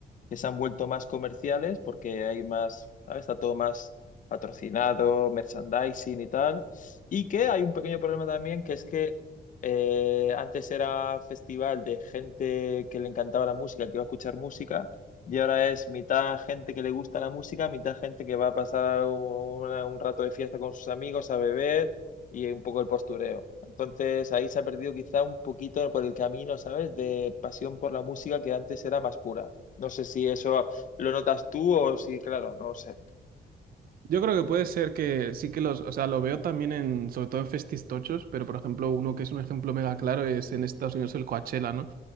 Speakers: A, on the left (about 45°); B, on the right (about 55°).
A: que se han vuelto más comerciales porque hay más, ¿sabes? Está todo más patrocinado, merchandising y tal. Y que hay un pequeño problema también, que es que eh, antes era festival de gente que le encantaba la música, que iba a escuchar música, y ahora es mitad gente que le gusta la música, mitad gente que va a pasar una- un rato de fiesta con sus amigos a beber. Y un poco el postureo. Entonces ahí se ha perdido quizá un poquito por el camino, ¿sabes? De pasión por la música que antes era más pura. No sé si eso lo notas tú o si, claro, no sé.
B: Yo creo que puede ser que sí que los, o sea, lo veo también en, sobre todo en festistochos, pero por ejemplo, uno que es un ejemplo mega claro es en Estados Unidos el Coachella, ¿no?